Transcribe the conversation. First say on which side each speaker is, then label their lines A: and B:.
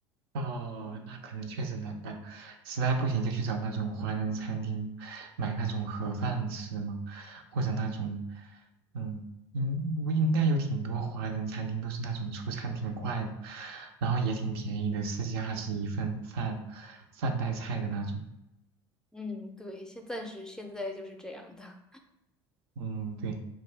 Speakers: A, on the right; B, in the centre.
A: 哦，那可能确实难办，实在不行就去找那种华人餐厅买那种盒饭吃嘛，或者那种，嗯，应应该有挺多华人餐厅都是那种出餐挺快的，然后也挺便宜的，十几二十一份饭，饭带菜的那种。
B: 嗯，对，现暂时现在就是这样的。
A: 嗯，对，